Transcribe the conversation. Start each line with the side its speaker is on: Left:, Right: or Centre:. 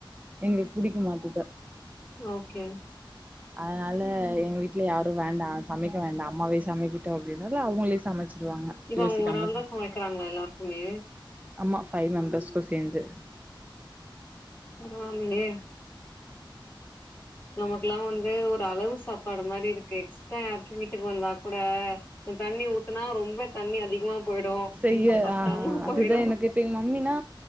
Right: எங்களுக்கு பிடிக்க மாட்டுது
Left: ஓகே
Right: அதனால எங்க வீட்டல யாரு வேண்டாம் சமைக்க வேண்டா அம்மாவே சமைக்கிட்டு அப்டின்னால அவங்களே சமைச்சிருவாங்க
Left: இப்ப
Right: யோசிக்காம
Left: அவங்க ஒரு ஆள்தா சமைக்கிறாங்களா எல்லாருக்குமே
Right: ஆம்மா ஃபைவ் மெம்பர்ஸ்க்கு சேர்ந்து
Left: பரவால்லயே நமக்குல்லா வந்து ஒரு அளவு சாப்பாடு மாரி இருக்கு எக்ஸ்டரா யாராச்சு வீட்டுக்கு வந்தா கூட தண்ணி ஊத்னா ரொம்ப தண்ணி அதிகமா போயிடும்
Right: செய்ய
Left: இல்ல பத்தாம
Right: ஆ அதுதா
Left: போயிடும்
Right: எனக்கு இப்ப எங்க மம்மினா